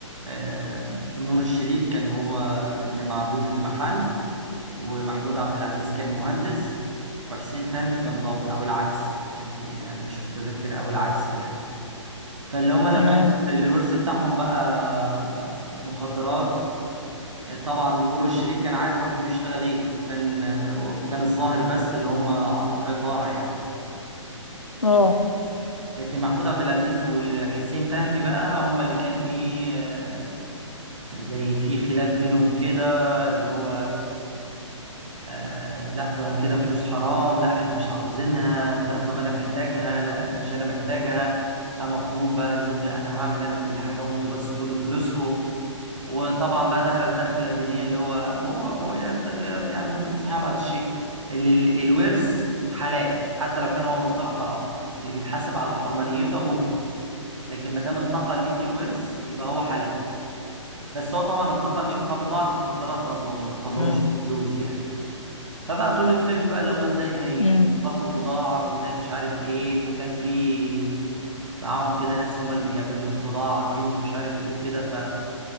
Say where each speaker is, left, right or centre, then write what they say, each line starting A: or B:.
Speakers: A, on the right (about 70°); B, on the left (about 85°).
A: آم، نور الشريف كان هو اللي مع ابوه في المحل ومحمود عبد العزيز كان مهندس وحسين فهمي كان ضابط او العكس كان في يعني مش متذكر او العكس يعني فاللي هما لما
B: تمام
A: عرفوا ان الورث بتاعهم بقى مخدرات طبعا نور الشريف كان عارف ابوه بيشتغل ايه وكان وكان الظاهر بس اللي هما عط- عطارة يعني
B: اه
A: لكن محمود عبد العزيز وحسين فهمي بقى هما اللي كان ايه زي في خلاف بينهم كده اللي هو آه لا ده كده فلوس حرام لا احنا مش عاوزينها لا طب انا محتاجها لا مش انا محتاجها قام اخوهم بقى قال لهم لا انا هعمل انا كل حاجه وانتوا بس خدوا فلوسكم وطبعا بقى دخل دخله دينيه اللي هو هو- هو يا بت- يا- يعني ممكن صحيح بعض الشيء اللي ال- الورث حلال حتى لو كان هو مصدره حرام اللي بيتحاسب على حرمانيته ابوه لكن ما دام انتقل ليك الورث يبقى هو حلال بس هو طبعا انتقل ليهم كبضاعه مخدرات برضه ما انتقل لهمش
B: تمام
A: فلوس يعني فبقى طول الفيلم بقى اللي هم ازاي هيصرفوا
B: امم
A: البضاعة وازاي مش عارف ايه فكان في معاهم كده ناس هم اللي بيعملوا البضاعة دي ومش عارف ايه وكده ف